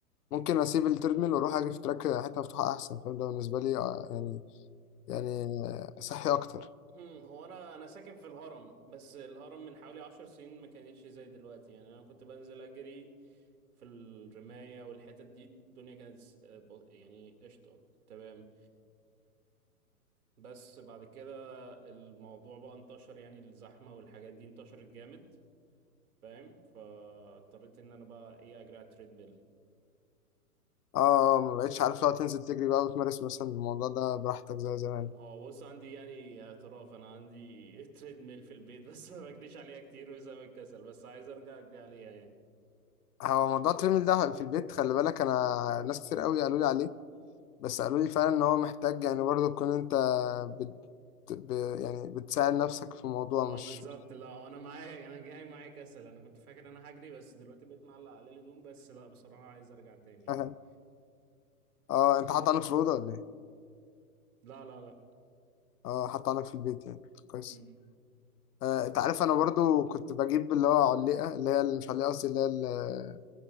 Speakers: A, on the left; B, on the right.
A: ممكن اسيب التريد ميل واروح اجري في تراك حته مفتوحه احسن فده بالنسبه لي آه، يعني يعني صحي اكتر
B: هم، هو انا انا ساكن في الهرم بس الهرم من حوالي عشر سنين ما كانتش زي دلوقتي يعني انا كنت بنزل اجري في الرماية والحتت دي الدنيا كانت س- ب- يعني قشطة تمام بس بعد كده الموضوع بقى انتشر يعني الزحمة والحاجات دي انتشرت جامد فاهم فاضطريت ان انا بقى ايه اجري على التريدميل
A: اه ما بقتش عارف لو تنزل تجري بقى وتمارس مثلا الموضوع ده براحتك زي زمان
B: هو بص عندي يعني اعتراف انا عندي <laughs> تريدميل في البيت بس ما بجريش عليها كتير بسبب الكسل بس عايز ارجع اجري عليها يعني
A: هو موضوع التريدميل ده في البيت خلي بالك انا ناس كتير قوي قالوا لي عليه بس قالوا لي فعلا ان هو محتاج يعني برضه تكون انت بت... ب... يعني بتساعد نفسك في الموضوع
B: ما
A: مش
B: هو بالظبط لا هو انا معايا انا جاي معايا كسل انا كنت فاكر إن انا هجري بس دلوقتي بقيت معلق على الهدوم بس لا بصراحة عايز ارجع تاني
A: <laughs>
B: يعني
A: اه انت حاطط عنك في الاوضه ولا ايه
B: لا لا لا
A: اه حاطط عنك في البيت يعني كويس
B: امم
A: آه، انت عارف انا برضو كنت بجيب اللي هو علقه اللي هي اللي مش علقه قصدي اللي هي اللي